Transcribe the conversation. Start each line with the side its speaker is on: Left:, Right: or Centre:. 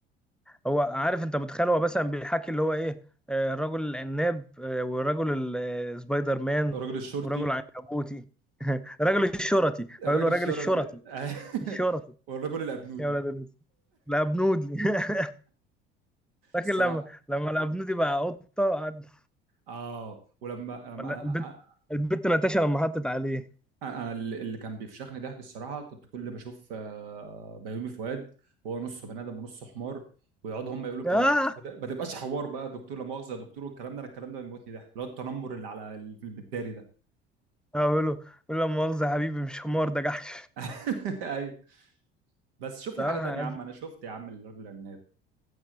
Centre: هو عارف انت متخيل هو مثلا بيحكي اللي هو ايه آه، رجل العناب آه، ورجل ال- آه، سبايدر مان
Right: الراجل الشرطي
Centre: ورجل عنكبوتي <laughs> رجل الشرطي هو
Right: الراجل
Centre: يقول له
Right: الشرطي
Centre: رجل الشرطي
Right: <laughs>
Centre: الشرطي
Right: والرجل الابنودي
Centre: يا ولاد الناس الابنودي <laughs> لكن
Right: الصراحه
Centre: لما لما الابنودي بقى قطه قعد-
Right: اه ولما أم-
Centre: ولا
Right: أ-
Centre: البت
Right: أ-
Centre: البت ناتاشا لما حطت عليه
Right: انا اللي اللي كان بيفشخني ضحك الصراحه كنت كل ما اشوف آه، بيومي فؤاد وهو نصه بني ادم ونصه حمار ويقعدوا هم يقولوا الكلام
Centre: اه
Right: ده، بس ما تبقاش حوار بقى دكتور لا مؤاخذه يا دكتور والكلام ده انا الكلام ده بيموتني ضحك اللي هو التنمر اللي على ال- في المداري ده
Centre: بقول له بقول له لا مؤاخذه يا حبيبي مش حمار ده جحش
Right: <laughs> ايوه بس شوف
Centre: صراحه
Right: لي حاجه تانية يا عم انا شفت يا عم الرجل العناب